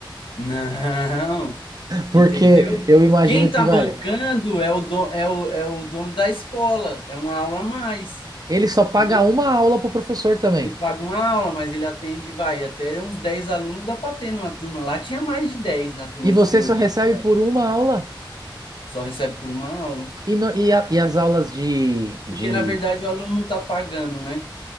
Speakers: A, on the left; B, on the right.
A: Não,
B: Porque
A: entendeu?
B: eu imagino
A: Quem está
B: que vai.
A: bancando é o, do- é o, é o dono da escola, é uma aula a mais,
B: Ele só paga
A: entendeu?
B: uma aula pro professor também.
A: Ele paga uma aula, mas ele atende, vai, até uns 10 alunos dá para ter numa turma. Lá tinha mais de 10 na turma
B: E você
A: de teoria,
B: só recebe
A: sabe?
B: por uma aula?
A: Só recebe por uma aula.
B: E, no- e, a- e as aulas de, de...
A: Porque, na verdade, o aluno não está pagando, né?